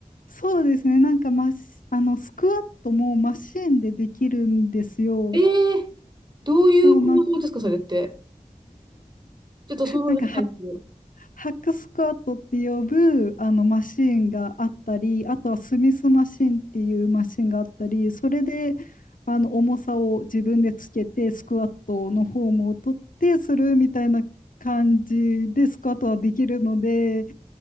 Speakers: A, on the left (about 80°); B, on the right (about 30°).
A: そうですね。なんかマシ、あの、スクワットもマシンでできるんですよ。
B: ええ、どういう構造ですか、
A: そう、なん <laughs>
B: それって。ちょっと想像できないですけど。
A: なんかハ、ハックスクワットって呼ぶあのマシンがあったり、あとはスミスマシンっていうマシンがあったり、それであの重さを自分でつけて、スクワットのフォームを取ってするみたいな感じでスクワットはできるので、